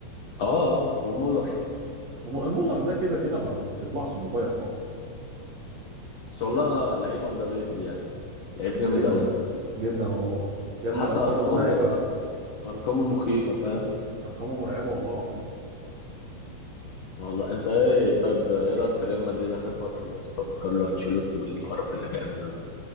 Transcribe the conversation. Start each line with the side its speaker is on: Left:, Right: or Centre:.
Left: اه اه ومولر
Right: هم- مولر ده كده كده ما, ما بيطلعش من البايرن اصلا
Left: بس والله لعيب اندر ريتد يعني لعيب جامد
Right: جدا
Left: قوي
Right: جدا والله يا ابني
Left: حتى
Right: ارقامه
Left: ارقامه
Right: مرعبه
Left: أر... ارقامه مخيفه فاهم
Right: ارقامه مرعبه والله العظيم
Left: والله انت ايه طيب ايه رايك في ريال مدريد اخر فتره دي يا اسطى وكارلو انشيلوتي والقرف اللي بيعمله ده